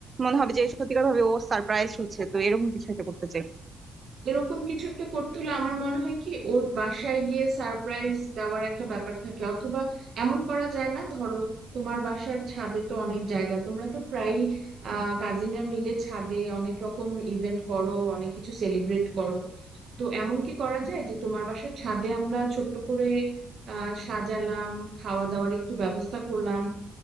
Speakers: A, on the right (about 30°); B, on the right (about 60°).
A: মনে হবে যে সত্যিকার ভাবে ও সারপ্রাইজ হচ্ছে তো এরকম কিছু একটা করতে চাই
B: এরকম কিছু একটা করতে হলে আমার মনে হয় কি ওর বাসায় গিয়ে সারপ্রাইজ দেওয়ার একটা ব্যাপার থাকে অথবা এমন করা যায় না ধরো তোমার বাসার ছাদে তো অনেক জায়গা তোমরা তো প্রায়ই আহ কাজিনরা মিলে ছাদে অনেক রকম ইভেন্ট করো অনেক কিছু সেলিব্রেট করো তো এমন কি করা যায় যে তোমার বাসার ছাদে আমরা ছোট্ট করে আহ সাজালাম খাওয়া দাওয়ার একটু ব্যবস্থা করলাম